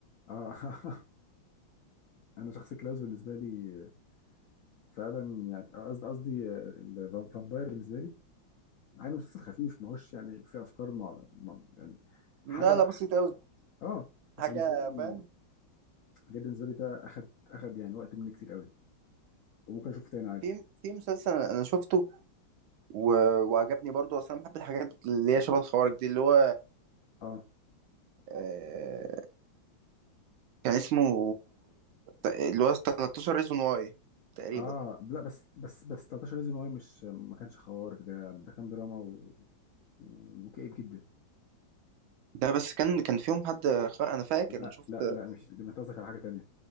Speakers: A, on the left; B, on the right.
A: اه <laughs> انا شخصيه كلاوس بالنسبه لي فعلا يعني قصدي قصدي ال- فامباير بالنسبه لي مع انه مسلسل خفيف ما هوش يعني فيه افكار مع مع- يعني
B: لا
A: حاجه
B: لا بسيط قوي
A: اه بس
B: حاجه
A: بالنسبه لي
B: فاهم
A: بجد بالنسبه لي ده اخد اخد يعني وقت مني كتير قوي وممكن اشوفه تاني عادي
B: في في مسلسل انا شفته و... وعجبني برضو اصلا أنا بحب الحاجات اللي هي شبه الخوارج دي اللي هو
A: اه
B: آه... كان اسمه اللي هو 13 ريزون واي تقريبا
A: اه لا بس بس بس 13 ريزون واي مش ما كانش خوارق ده ده كان دراما و... وكئيب جدا
B: ده بس كان كان فيهم حد خ... انا فاكر
A: لا
B: انا شفت
A: لا لا مش ده انت قصدك على حاجه تانيه